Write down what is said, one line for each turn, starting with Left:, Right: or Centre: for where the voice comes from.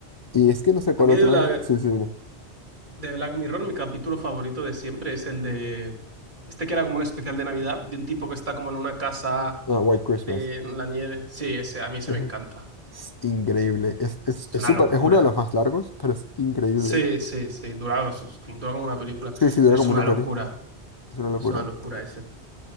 Left: Y es que no sé cuál
Right: A mí
Left: otro,
Right: de Black,
Left: sí, sí, dime.
Right: de Black Mirror, mi capítulo favorito de siempre es el de... Este que era como un especial de Navidad, de un tipo que está como en una casa
Left: Ah, White Christmas.
Right: de, en la nieve. Sí, ese, a mí ese
Left: Eje.
Right: me encanta.
Left: Es increíble, es, es,
Right: Es
Left: es
Right: una
Left: súper,
Right: locura.
Left: es uno de los más largos, pero es increíble.
Right: Sí, sí, sí, dura, es- es como- dura como una película,
Left: Sí, sí, dura
Right: pero es
Left: como
Right: una
Left: una peli,
Right: locura.
Left: es una locura.
Right: Es una locura ese.